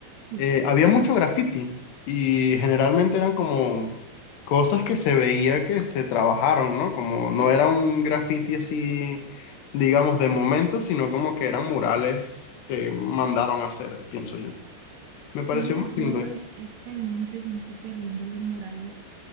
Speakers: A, on the right; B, on the left.
A: sí
B: eh, había mucho graffiti y generalmente eran como cosas que se veía que se trabajaron, ¿no? Como no era un graffiti así, digamos, de momento, sino como que eran murales que mandaron a hacer, pienso yo.
A: Sí,
B: Me pareció muy
A: eso
B: lindo
A: es excelente, son súper lindos los murales.